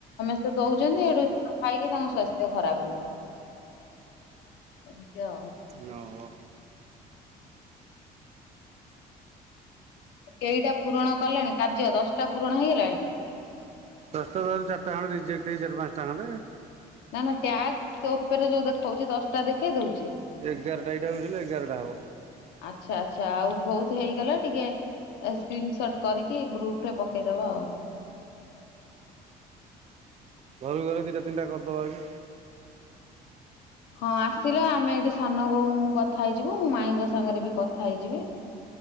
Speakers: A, on the left; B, on the right.
A: ସେ ଦଉଚନ୍ତି ହେଠୁ ଖାଇକି ତାଙ୍କ ସ୍ୱାସ୍ଥ୍ୟ ଖରାପ ହଉଛି। ଏମିତି ଆଉ।
B: ନଅ
A: କେଇଟା ପୂରଣ କଲେଣି କାର୍ଯ୍ୟ ଦଶଟା ପୂରଣ ହେଇଗଲାଣି?
B: ଦଶଟା <inaudible> ଚାଟା ଖଣ୍ଡେ ରିଜେକ୍ଟ ହେଇ ଚାରି ପାନ୍ସଟା ଖଣ୍ଡେ।
A: ନା ନା ଟ୍ୟାକ୍ସ ଉପରେ ଯୋଉ ଦେଖଉଚି ଦଶଟା ଦେଖେଇ ଦଉଚି?
B: ଏଗାରଟା ଏଇଟା ମିଶିଲେ ଏଗାରଟା ହବ।
A: ଆଚ୍ଛା, ଆଚ୍ଛା ଆଉ ଭୋଉତୁ ହେଇଗଲେ ଟିକେ ଏ ସ୍କ୍ରିନସଟ୍ କରିକି ଗ୍ରୁପ୍ ରେ ପକେଇଦବ।
B: ଘରୁକୁ ଗଲେ ଦିଟା ତିନିଟା କରିଦବା ଆଜି।
A: ହଁ ଆସିଲେ ଆମେ ଏଠି ସାନ ବୋଉ ମୁଁ କଥା ହେଇଯିବୁ। ମୁଁ ମାଇଁଙ୍କ ସାଙ୍ଗରେ ବି କଥା ହେଇଯିବି।